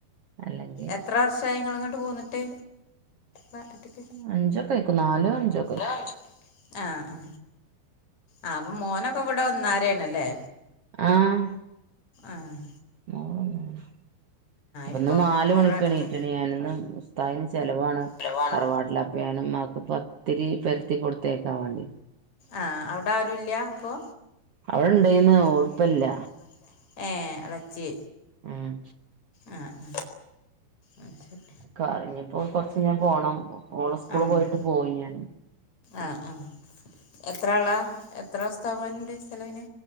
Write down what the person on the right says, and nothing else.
അല്ലെങ്കിൽ
അഞ്ചൊക്കേക്കും നാലോ അഞ്ചൊ
ആഹ്,
മോൻ വന്ന്ണ്. അപ്പൊന്ന്
നാല്
മണിക്ക്
എണീറ്റ്ണ് ഞാനിന്ന്. താദിന് ചെലവാണ്.
വാട്ടിലാപ്പ ഞാന് മ്മാക്ക് പത്തിരി പര്ത്തി കൊടുത്തയക്കാൻ വാണ്ടി.
അവിടെ ഇണ്ടായിന്ന്
ഓളിപ്പല്ല
ഉം
ക ഇഞ്ഞിപ്പോ കൊർച്ചയ്ഞ്ഞാ പോണം. ഓളസ്കൂൾല്
പോയിട്ട് പോവും ഞാൻ.